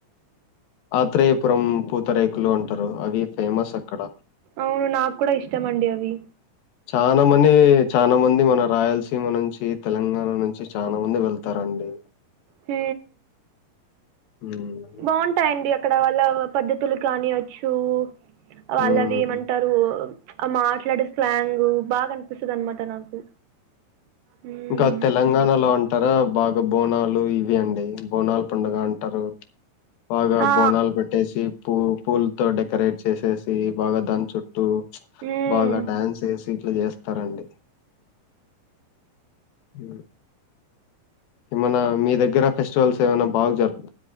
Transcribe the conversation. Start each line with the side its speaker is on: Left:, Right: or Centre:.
Left: ఆత్రేయపురం పూతరేకులు అంటారు అవి ఫేమస్ అక్కడ
Right: అవును నాకు కూడా ఇష్టం అండి అవి
Left: చానా మని చానా మంది మన రాయలసీమ నుంచి తెలంగాణ నుంచి చాలమంది వెళ్తారండి అ
Right: హ
Left: హ్మ్.
Right: బాగుంటాయండి అక్కడ వాళ్ళ పద్ధతులు కానియచ్చు వాళ్ళు
Left: హ్మ్.
Right: అవి ఏమంటారు ఆ మాట్లాడే స్లాంగ్ బాగా అనిపిస్తది అనమాట నాకు హ్మ్
Left: ఇంకా తెలంగాణలో అంటారా బాగా బోనాలు ఇవి అండి బోనాలు పండుగ అంటారు బాగా
Right: ఆ
Left: బోనాలు పెట్టేసి పూ పూలతో డెకరేట్ చేసేసి బాగా దాని చుట్టు
Right: హ్మ్
Left: బాగా డ్యాన్స్ వేసి ఇట్లా చేస్తారండి హ ఏమన్నా మీ దగ్గర ఫెస్టివల్స్ ఏమైన్నా బాగా జరుపుకుంటారా